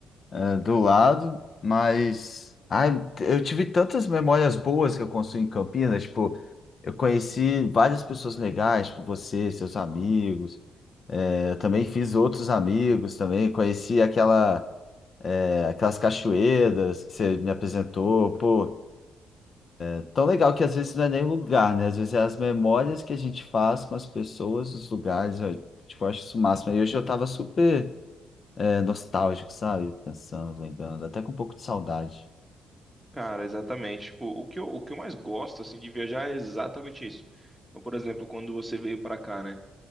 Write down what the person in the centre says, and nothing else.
Cara, exatamente. Tipo, o que eu, o que eu mais gosto, assim, de viajar é exatamente isso. Então, por exemplo, quando você veio pra cá, né?